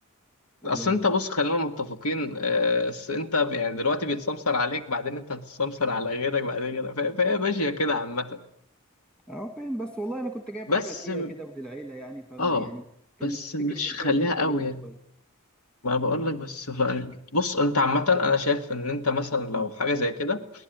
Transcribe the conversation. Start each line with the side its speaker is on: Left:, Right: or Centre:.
Centre: والله
Left: اصل انت بص خلينا متفقين آه، اصل انت يعني دلوقتي بيتسمسر عليك بعدين انت هتتسمسر على غيرك بعدين غيرك فهي فهي ماشيه كده عامه
Centre: اه فاهم بس والله انا كنت جايب
Left: بس
Centre: حاجه ليا
Left: م-
Centre: كده وللعيله يعني فاهم
Left: اه
Centre: يعني كان
Left: بس مش
Centre: فكره البيع
Left: خليها
Centre: دي هتبقى
Left: قوي
Centre: بعيده
Left: يعني
Centre: شويه
Left: ما انا بقول لك بس ف- بص انت عامه انا شايف ان انت مثلا لو
Centre: مم.
Left: حاجه زي كده